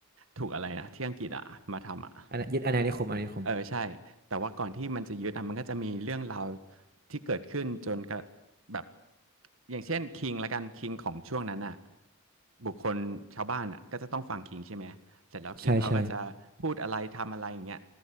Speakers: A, on the right (about 70°); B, on the right (about 45°).
A: ถูกอะไรนะที่อังกฤษอะมาทำอะ
B: อันนั้นยึดอาณานิคมอาณานิคม
A: เออใช่แต่ว่าก่อนที่มันจะยึดอะมันก็จะมีเรื่องราวที่เกิดขึ้นจนกระแบบอย่างเช่นคิงละกันคิงของช่วงนั้นอะบุคคลชาวบ้านอะก็จะต้องฟังคิงใช่ไหมเสร็จแล้วคิงเขาก็จะพูดอะไรทำอะไรอย่างเงี้ย
B: ใช่ใช่